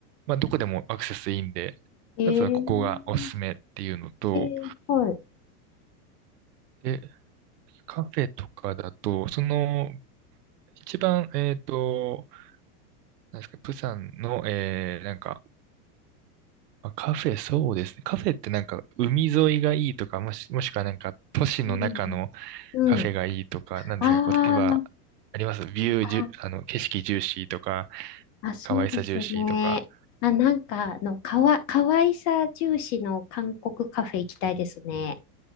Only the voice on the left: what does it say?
え
えええはい。
うん。うん。
ああ、
あ、
あ、そうですね。
あ、なんか、あの、かわ、かわいさ重視の韓国カフェ行きたいですね。